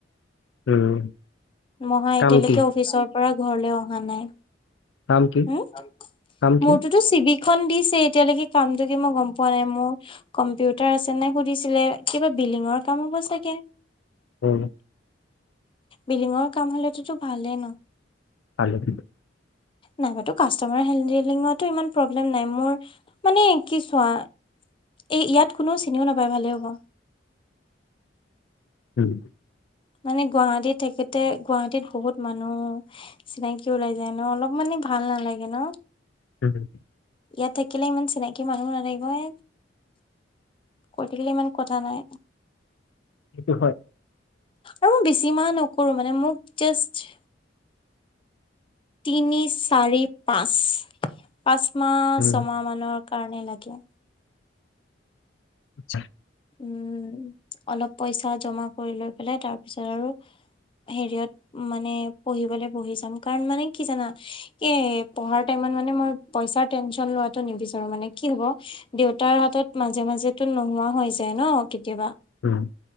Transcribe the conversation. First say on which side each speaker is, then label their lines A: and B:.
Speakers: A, on the left (about 75°); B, on the left (about 30°).
A: উম।
B: মহা এতিয়ালৈকে
A: কাম কি
B: অফিচৰ পৰা ঘৰলৈ অহা নাই।
A: কাম কি
B: উম
A: কাম কি
B: মোৰটো টো <unintelligible> দিছে এতিয়ালৈকে কামটো কি মই গম পোৱা নাই। মোৰ কম্পিউটাৰ আছে নে সোধিছিলে, কিবা বিল্ডিঙৰ কাম হ'ব চাগে।
A: উম।
B: বিলিঙৰ কাম হলেতো ভালেই ন।
A: <inaudible>
B: নাই বা তোৰ কচতমাৰ হেন্দিলিংগত ইমান প্ৰব্লেম নাই। মোৰ মানে কি চোৱা, এ ইয়াত কোনেও চিনিও নাপায় ভালে হ'ব।
A: উম'।
B: মানে গুৱাহাটীত থাকোতে গুৱাহাটীত বহুত মানুহ। চিনাকি ওলাই যায় ন', অলপ মানে ভাল নালাগে ন।
A: উম'।
B: ইয়াত থাকিলে ইমান চিনাকি মানুহ নাথাকিব, এ কৈ থাকিলে ইমান। কথা নাই
A: সেইটো হয়।
B: আৰু মই বেছি মাহ নকৰো মানে, মোক জাষ্ট তিনি, চাৰি, পাঁচ পাঁচমাহ
A: উম
B: ছমাহ মানৰ কাৰণে লাগে।
A: আচ্ছা'।
B: উম', অলপ পইচা জমা কৰি লৈ পেলাই, তাৰ পিছত আৰু হেৰিয়ত মানে পঢ়িবলে বহি যাম। কাৰণ মানে কি জানা এ পঢ়াৰ টাইমত মানে মই পইছাৰ টেনচন লোৱাত নিবিচাৰো মানে কি হব, দেউতাৰ হাতত মাজে মাজেতো নোহোৱা হৈ যা ন কেতিয়াবা।
A: উম'।